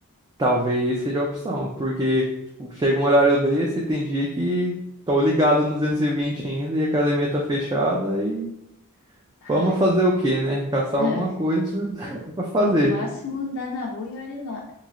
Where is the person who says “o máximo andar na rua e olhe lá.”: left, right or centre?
Left